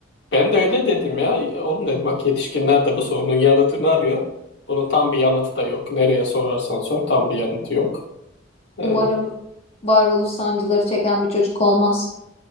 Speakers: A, on the left (about 65°); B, on the left (about 30°).
A: ben de öyle dedim ya. E, Oğlum dedim bak yetişkinler de bu sorunun yanıtını arıyor. Bunun tam bir yanıtı da yok. Nereye sorarsan sor tam bir yanıtı yok.
B: <laughs>
A: E,
B: Umarım varoluş sancıları çeken bir çocuk olmaz.